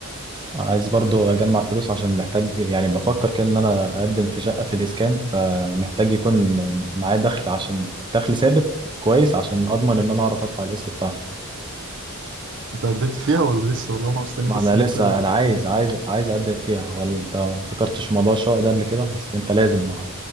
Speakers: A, on the right; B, on the right.
A: عايز برضو اجمع فلوس عشان محتاج يعني بفكر كده ان انا اقدم في شقة في الاسكان فمحتاج يكون معايا دخل عشان دخل ثابت كويس عشان اضمن ان انا اعرف ادفع القسط بتاعها
B: انت قدمت فيها ولا لسه والله انا مستني
A: ما
B: بس
A: انا
B: انت
A: لسه
B: يكون
A: انا عايز
B: عندك
A: عايز عايز اقدم فيها ولا انت ما فكرتش في موضوع الشقه ده قبل كده اصل انت لازم ما-